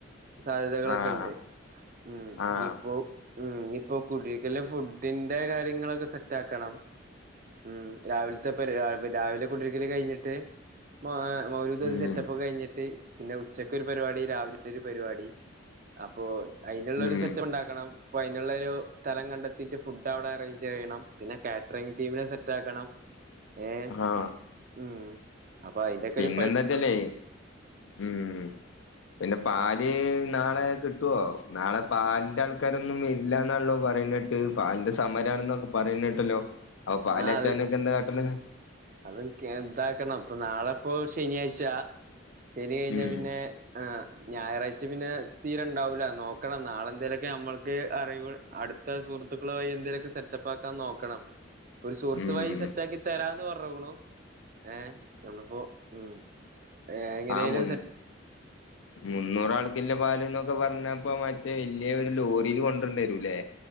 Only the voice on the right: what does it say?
സാധ്യതകളൊക്കെ
ഇണ്ട് ഉം
ഇപ്പോ ഉം നിപ്പോ കുടിര്ക്കല്ന് ഫുഡിന്റെ കാര്യങ്ങളൊക്കെ സെറ്റ് ആക്കണം ഉം രാവിലത്തെ പരി രാവിലെ കുടീരിക്കല് കഴിഞ്ഞിട്ട് മ മൗ ഇത്
സെറ്റപ്പക്കെ കഴിഞ്ഞിട്ട് പിന്നെ ഉച്ചക്ക് ഒരു പരിപാടി രാവിലെ ഒരു പരിപാടി അപ്പോ അയിനുള്ളൊരു
സെറ്റപ്പ് ഉണ്ടാക്കണം അപ്പോ അയിനുള്ളൊരു സ്ഥലം കണ്ടെത്തിയിട്ട് ഫുഡ് അവിടെ അറേഞ്ച് ചെയ്യണം പിന്നെ കാറ്ററിംഗ് ടീമിനെ സെറ്റ് ആക്കണം ഏ
ഉം അപ്പൊ അതിന്റെൊക്കൊര്
ആ അത്
അതും ഇതാക്കണം ഇപ്പൊ നാളെ ഇപ്പോ ശനിയാഴ്ചാ ശനി കഴിഞ്ഞാ
പിന്നെ ആഹ് ഞായറാഴ്ച പിന്നെ തീരെ ഉണ്ടാവൂല നോക്കണം നാളെ എന്തേലുമൊക്കെ നമ്മൾക്ക് അറിയ അട് ത്ത സുഹൃത്തുക്കള് വഴി എന്തെലൊക്കെ സെറ്റപ്പാക്കാൻ നോക്കണം ഒരു സുഹൃത്ത്
വഴ സെറ്റാക്കി തരാന്ന് പറഞ്ഞ്ക്ക്ണു ഏ നമ്മളിപ്പോ ഉം ഏ എങ്ങനെലും
സെ <inaudible>